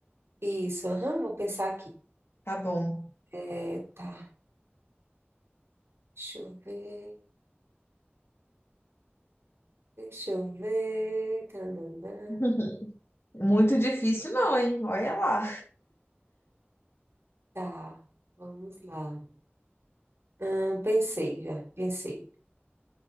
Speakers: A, on the right (about 85°); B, on the left (about 75°).
A: Isso, aham, vou pensar aqui.
B: Tá bom.
A: É, tá. Deixa eu ver. Deixa eu ver. Tandandã.
B: <laughs> Muito difícil não, hein? Olha lá.
A: Tá. Vamos lá. Ah, pensei já. Pensei.